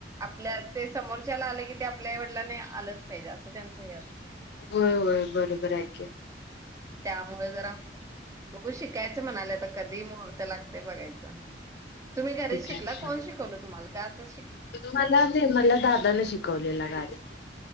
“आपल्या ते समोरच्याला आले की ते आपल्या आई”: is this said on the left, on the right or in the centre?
Right